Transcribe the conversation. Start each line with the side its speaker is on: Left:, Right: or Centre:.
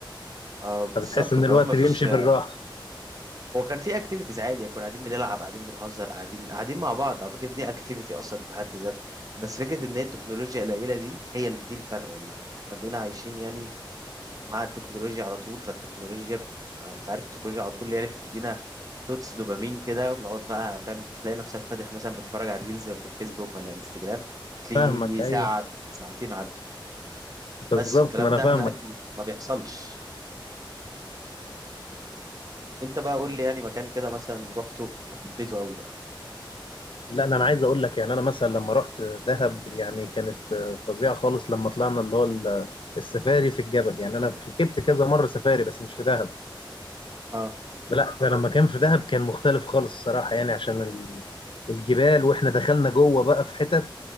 Right: آه بالظبط
Left: فبتحس ان
Right: وكمان
Left: الوقت
Right: مفيش
Left: بيمشي بالراحة
Right: هو كان في اكتيفيتيز عادي كنا قاعدين بنلعب قاعدين بنهزر قاعدين قاعدين مع بعض اعتقد دي اكتيفيتي اصلا في حد ذاتها بس فكره ان هي التكنولوجيا القليله دي هي اللي دي الفرق والله احنا بقينا عايشين يعني مع التكنولوجيا على طول فالتكنولوجيا ب- انت عارف التكنولوجيا على طول يعني بتدينا شوتس دوبامين كده وبنقعد بقى فاهم تلاقي نفسك فاتح مثلا بتتفرج على الريلز في فيسبوك ولا انستجرام تلاقي
Left: فاهمك ايوه
Right: ساعه عدت، ساعتين عدوا
Left: بالظبط
Right: بس الكلام
Left: ما انا
Right: ده
Left: فاهمك
Right: هناك ما بيحصلش انت بقى قول لي يعني مكان كده مثلا رحته وحبيته قوي بقى
Left: لا انا أنا عايز اقول لك يعني انا مثلا لما رحت دهب يعني كانت فظيعه خالص لما طلعنا اللي هو ال- السفاري في الجبل يعني انا ركبت كذا مره سفاري بس مش في دهب
Right: اه
Left: لا فلما كان في دهب كان مختلف خالص الصراحه يعني عشان ال- الجبال واحنا دخلنا جوه بقى في حتت